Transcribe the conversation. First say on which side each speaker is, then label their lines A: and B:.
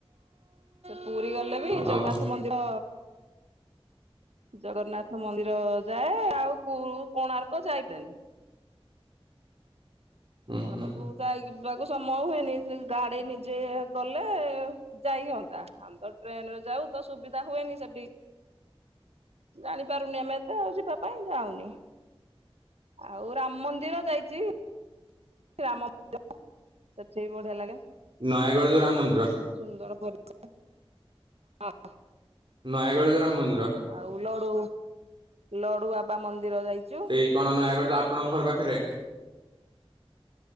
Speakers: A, on the right; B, on the right.
A: ପୁରୀ ଗଲେ ବି
B: ଓ
A: ଜଗନ୍ନାଥ ମନ୍ଦିର ଜଗନ୍ନାଥ ମନ୍ଦିର ଯାଏ ଆଉ କୁଳୁ କୋଣାର୍କ ଯାଇ <unintelligible>
B: ହୁଁ
A: କୋଣାର୍କକୁ
B: ହୁଁ
A: ଯାଇ ଯିବାକୁ ସମୟ ହୁଏନି ସେ ଗାଡି ନିଜେ ଗଲେ ଯାଇହଅନ୍ତା। ଆମେ ତ ଟ୍ରେନରେ ଯାଉ ତ ସୁବିଧା ହୁଏନି ସେଠି। ଜାଣିପାରୁନି ଆମେ ଏତେ ଆଉ ଯିବା ପାଇଁ ଯାଉନି। ଆଉ ରାମ ମନ୍ଦିର ଯାଇଛି। ରାମ ମନ୍ଦିର ସେଠି ବି ବଢିଆ ଲାଗେ।
B: ନୟାଗଡ଼ ଯୋଉ ରାମ ମନ୍ଦିର।
A: ସୁନ୍ଦର ପରିବାର ହାଁ।
B: ନୟାଗଡ଼ ଯୋଉ ରାମ ମନ୍ଦିର।
A: ଆଉ ଲଡୁ ଲଡୁ ବାବା ମନ୍ଦିର ଯାଇଚୁ?
B: ଇ କଣ, ନୟାଗଡ ତ ଆପଣଙ୍କ ଘର ପାଖରେ?